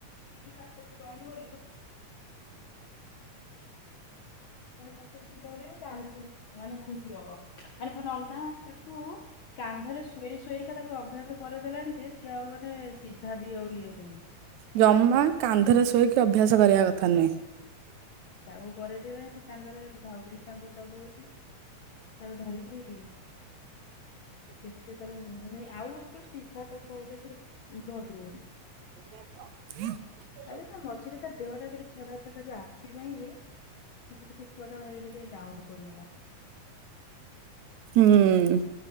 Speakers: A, on the left; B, on the right.
A: ସୀଧା ବି ଧରିବୁ <unintelligible> <unintelligible> ପକେଇକି ଧରିବୁ ତାହେଲେ ସେ ମାନେ ଖୁସି ହବ ମାନେ ମୋ ନନା ତାକୁ କାନ୍ଧରେ ଶୁଏଇ ଶୁଏଇକା ତାକୁ ଅଭ୍ୟାସ କରେଇଦେଲାଣି ଯେ ସିଏ ଆଉ ମାନେ ସିଧା ବି ଆଉ ଇଏ ହଉନି।
B: ଯମା କାନ୍ଧରେ ଶୁଏଇକି ଅଭ୍ୟାସ କରିବା କଥା ନୁହେଁ।
A: ତାକୁ କରେଇଦେଲାଣି ସେ କାନ୍ଧରେ ଭାଉଜ ବି କାନ୍ଧରେ ତାକୁ ଧରୁଚି। ତାର ଧରିକି ନିଜେ ନିଜେ ତାର ଉଁ ମାନେ ଆଉ ଏଥର ସିଧା ତାକୁ ଧଇଲେ ସିଏ ଧରି ହଉନି।
B: <unintelligible>
A: ତାପରେ ତା ମଝିରେ ତା ଦେହ ଟା ଟିକେ ଖରାପ୍ ହେଲା ଯା ଖି ପାଇଁ ଏ ଟିକେ ଟିକେ ଛୁଆଟା ଭାରି ଟିକେ ଡାଉନ୍ ପଡିଗଲା।
B: ହୁଁ।